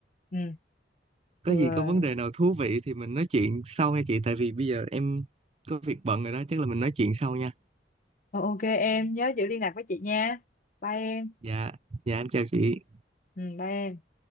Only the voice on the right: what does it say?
có
gì có vấn đề nào thú vị thì mình nói chuyện sau nha chị tại vì bây giờ em có việc bận rồi đó chắc là mình nói chuyện sau nha
dạ dạ em chào chị